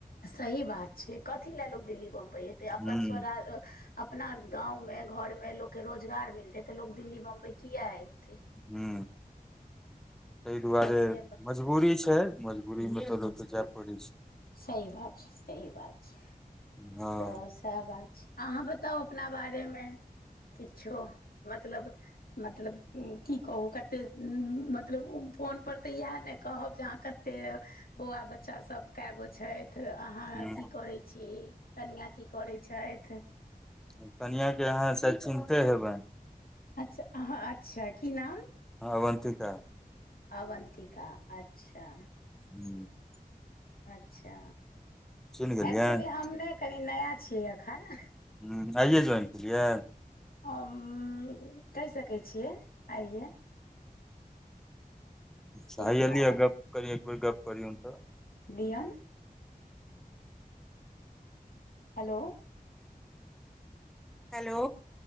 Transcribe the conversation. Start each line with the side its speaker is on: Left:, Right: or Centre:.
Left: सही बात छै कथी लए लोग दिल्ली बम्बई एतै अपन
Centre: ह
Left: स्वरा अपना गाँंव में घर में लोक के रोजगार मिलते तऽ लोग दिल्ली बम्बई किया एते
Centre: ह तइ दुआरे
Left: तऽ से बात
Centre: मजबूरी छै मजबूरी मे तऽ लोकके जाय पड़ैत छै
Left: सही बात छै सही बात छै
Centre: हँ
Left: तऽ सएह बात छै अहाँ बताउ अपना बारेमे किछो मतलब मतलब की कहू कते मतलब फोनपर तऽ इएह ने कहब जे अहाँ कते एते बौआ बच्चा सब कए गो छथि अहाँ
Centre: ह
Left: की करै छी कनिया की करै छथि
Centre: ह कनिआ के अहाँ शायद चिन्ते हेबै
Left: अच्छा आहा अच्छा की नाम
Centre: अवन्तिका
Left: अवन्तिका अच्छा
Centre: <inaudible>
Left: अच्छा
Centre: चिन्ह गेलियनि
Left: एक्चुअली हम नै कनि नया छियै एखन
Centre: ह आइए ज्वाइन किए
Left: हम कहि सकै छियै आइए
Centre: अच्छा
Left: ताहि दुआरे
Centre: लियै गप करी एक बेर गप्प करियौन तऽ
Left: दियोन हलो
Centre: हेलो